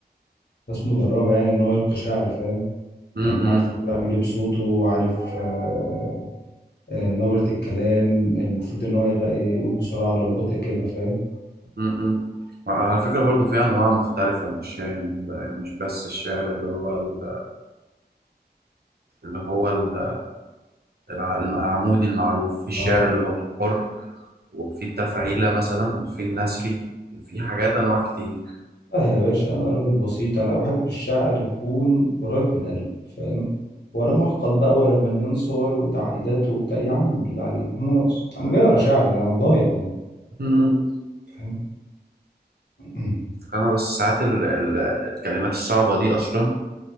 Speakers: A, on the left; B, on the right.
A: ناس مدربة يعني ان هو يلقي شعر فاهم
B: م-
A: يعني عارف
B: م-
A: هو بيعمل ايه بصوته عارف آه آه نبرة الكلام المفروض ان هو يغ- يقول بسرعة ولا ببطء كده فاهم
B: م- م. وعلى فكرة برضو في أنواع مختلفة من الشعر مش بس الشعر اللي هو ال- اللي هو ال- الع- العمودي المعروف في الشعر
A: اه
B: اللي هو حر وفي التفعيلة مثلا وفي النثري في حاجات أنواع كتير
A: اه يا باشا انا راجل بسيط انا بحب الشعر يكون قريب من القلب فاهم ولا معقد بقى ولا مليان صور وتعقيدات وبتاع يا عم بالله عليك انا ناقص انا جاي اقرا شعري ده انا ضايع يعني
B: مم.
A: فاهم <clears throat>
B: أنا بس ساعات ال- ال- الكلمات الصعبة دي أصلا